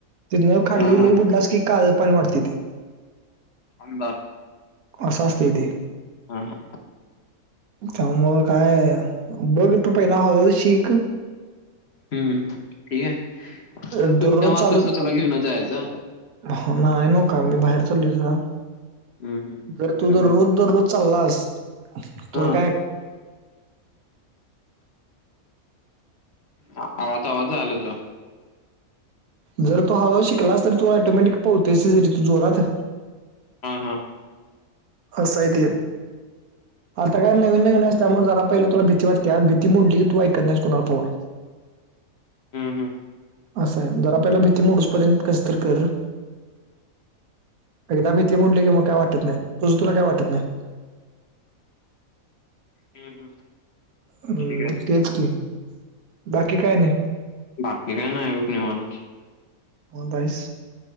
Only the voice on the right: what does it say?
तिथनं खाडलीलं
बुडलास की काळ पाणी वाढतय ते.
अस असतय ते
त्यामुळ काय बघ तू पहिला हळूहळू शीख
दररोज
चालू
हो ना का मी बाहेर चाललो जरा.
जर
तू दररोज दररोज चाललास तर
काय
जर तू हळूहळू शिकलास तर तू ऑटोमॅटिक पळतोस रे तिथं जोरात.
अस हाय ते आता काय नवीन नवीन असत, त्यामुळे जरा पहिला तुला भीती वाटत्या भीती मोडली की तू ऐकत नाहीस कुणार पोहाय.
अस हाय जरा पहिला भीती मोडूसपर्यंत कस तर कर. एकदा भीती मोडली की मग काय वाटत नाय, तुझं तुला काय वाटत नाही.
हम्म
तेच,
की बाकी काय नाही.
होंताईस,